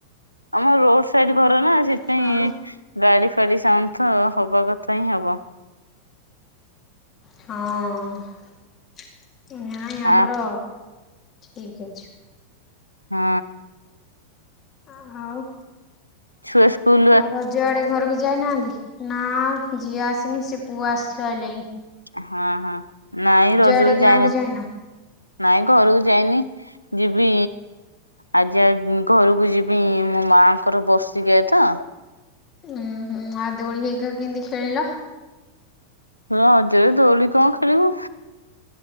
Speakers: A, on the left; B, on the left.
A: ଆମ ରୋଡ୍ ସାଇଡ୍ ଘର ନା ସେଥିପାଇଁ
B: ହଁ
A: ଗାଡି ଫାଡି ସାଉଣ୍ଡ୍ ତ ହବା କଥା ହିଁ ହବ।
B: ହଁ ନାଇଁ ଆମର
A: ଆ
B: ଠିକ୍ ଅଛି।
A: ହୁଁ।
B: ଆ ହାଉ।
A: ଛୁଆ ସ୍କୁଲ୍
B: ଆଉ ରଜ ଆଡେ ଘରକୁ ଯାଇନାହାନ୍ତି ନା ଝିଅ ଆସିନି ସେ ପୁଅ ଆସ୍ଚି ସଇଲେଇଁ।
A: ଏ ହଁ ହଁ ନାଇଁ ରଜକୁ
B: ଆଡେ ଗାଁକୁ
A: ଯାଇନି
B: ଯାଇନ?
A: ନାଇଁ ଘରକୁ ଯାଇନି। ଯିବି ଆଜି ଆ ଘରକୁ ଯିବି ମୋ ମାଙ୍କର ବସିକିୟା ତ।
B: ହୁଁ ହୁଁ ଆଉ ଦୋଳି ହେଇକା କେନ୍ତି ଖେଳିଲ?
A: ରଜ୍ ରେ ଦୋଳି କଣ ଖେଳିବୁ।